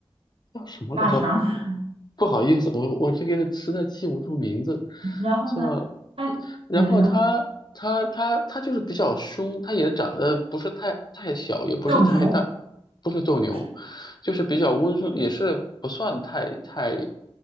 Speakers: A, on the left; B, on the right.
A: 叫什么来着？
B: 腊肠儿
A: 不好意思，我我这个实在记不住名字，
B: <laughs> 然后呢，
A: 叫，
B: 它它也能。
A: 然后它它它它就是比较凶，它也长得不是太太小，也不是太大，
B: 斗牛，
A: 不是斗牛。
B: 就是
A: 就是比较温顺，也是不算太太